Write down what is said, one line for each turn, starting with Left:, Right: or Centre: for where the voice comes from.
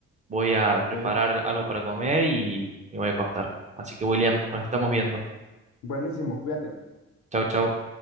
Right: Voy a
Left: Ok,
Right: preparar algo para comer y me voy a acostar. Así que, William, nos estamos viendo.
Left: buenísimo, cuídate.
Right: Chau, chau.